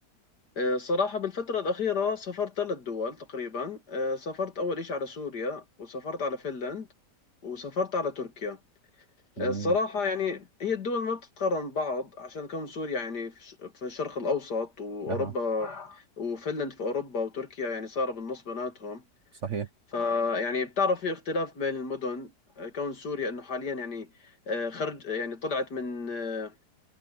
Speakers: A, on the left (about 70°); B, on the right (about 50°).
A: آه، صراحة بالفترة الأخيرة سافرت ثلاث دول تقريبا آه، سافرت أول إشي على سوريا وسافرت على فنلند وسافرت على تركيا
B: جميل
A: الصراحة يعني هي الدول ما بتتقارن بعض عشان كم سوريا يعني في ش- في الشرق الأوسط وأوروبا
B: اها
A: وفنلند في أوروبا وتركيا يعني صار بالنص بيناتهم
B: صحيح
A: فيعني بتعرف في اختلاف بين المدن آه، كون سوريا انه حاليا يعني آه، خرج يعني طلعت من آه،